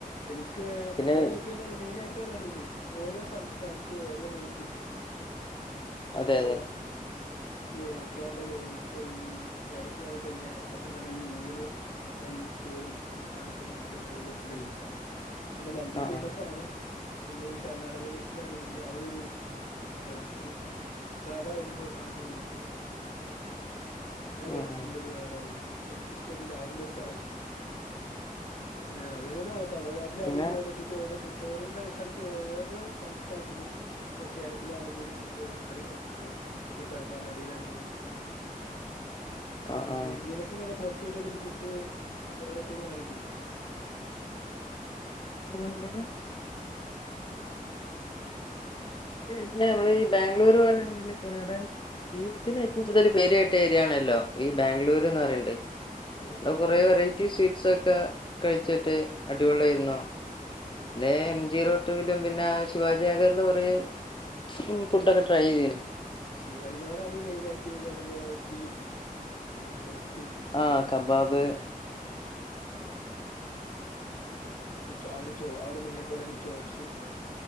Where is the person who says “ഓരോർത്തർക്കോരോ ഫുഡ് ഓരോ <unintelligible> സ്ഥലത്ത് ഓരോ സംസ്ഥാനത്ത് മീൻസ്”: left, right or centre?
Left